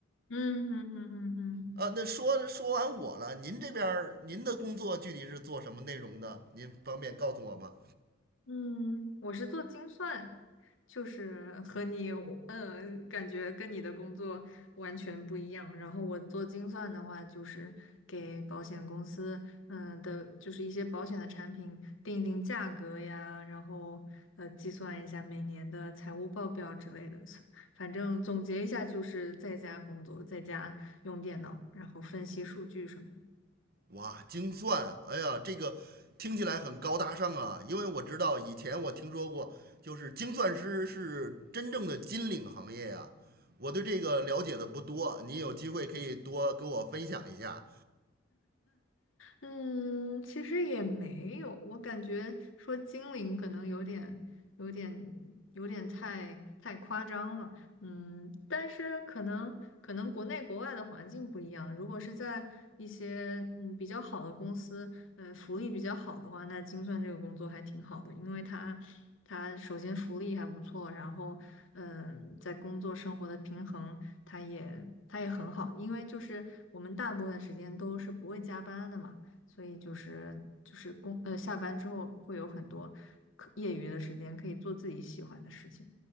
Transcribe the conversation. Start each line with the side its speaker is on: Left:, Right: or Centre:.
Left: 嗯嗯嗯嗯嗯，
Right: 呃那说说完我了，您这边儿您的工作具体是做什么内容的？您方便告诉我吗？
Left: 嗯，我是做精算，就是和你有，呃，感觉跟你的工作完全不一样。然后我做精算的话，就是给保险公司，嗯的，就是一些保险的产品定一定价格呀，然后呃计算一下每年的财务报表之类的。反正总结一下，就是在家工作，在家用电脑，然后分析数据什么的。
Right: 哇，精算，哎呀，这个听起来很高大上啊，因为我知道以前我听说过，就是精算师是真正的金领行业呀、我对这个了解的不多，你有机会可以多跟我分享一下
Left: 嗯，其实也没有，我感觉说精灵可能有点、有点、有点太太夸张了。嗯，但是可能可能国内国外的环境不一样，如果是在一些嗯比较好的公司，呃，福利比较好的话，那精算这个工作还挺好的，因为它它首先福利还不错，然后嗯，在工作生活的平衡，它也它也很好，因为就是我们大部分时间都是不会加班的嘛。所以就是就是工呃下班之后会有很多可业余的时间可以做自己喜欢的事情。